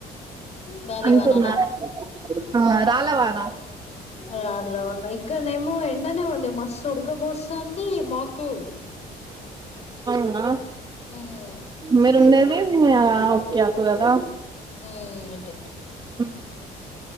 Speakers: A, on the left; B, on the right.
A: గాలివానలా
B: అంటున్నారు ఆ రాళ్ళ వాన
A: రాళ్ల వాన ఇక్కడనేమో ఎండనే ఉంది మస్తు ఉడకపోస్తోంది మాకు <inaudible>
B: అవునా
A: ఉమ్
B: మీరు ఉండేది ఓకే అటు కదా
A: హామ్ ఇట్టు
B: అ <inaudible>